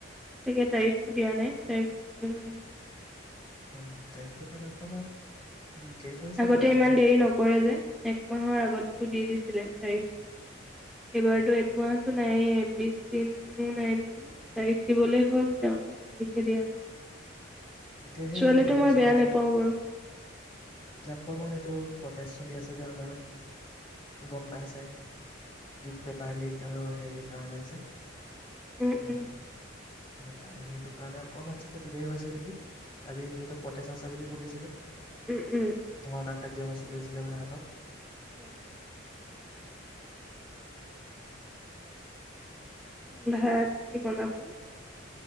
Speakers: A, in the centre; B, on the left.
A: তাকে তাৰিখটো দিয়া নাই তাৰিখটোলৈকে ৰৈ আছো
B: অ তাৰিখটো কাৰনে অকমান উম, দেৰি হৈছে
A: আগতে
B: বাৰু এতিয়া
A: ইমান দেৰি নকৰে যে একমাহৰ আগতো দি দিছিলে তাৰিখটো এইবাৰতো একমাহটো নাইে বিশ দিনো নাই নেকি তাৰিখ দিবলে হ'ল তেওঁলোকে তাৰিখে দিয়া নাই।
B: এতিয়া
A: পিছুৱালেতো
B: সেই হেৰি
A: মই
B: চলি
A: বেয়া
B: আছে
A: নোপাওঁ বাৰু
B: এতিয়া অকমান এইটো প্ৰটেষ্ট চলি আছে যে আমাৰ গম পাইচাই দীপ পেপাৰ লিক। আৰু হেৰি কাৰণে যে
A: উম
B: হয়।
A: উম
B: সেইকাৰণে সেইটো কাৰণে অকমান চাগে দিলেই হৈছে নেকি? আজি যিহেতু পতেজ আছে বুলি শুনিছিলো
A: উম উম
B: ধৰ্ণাক। কাৰ্যসূচী লৈছিলে বোলে হাতত
A: হয় ভাত কি বনাব।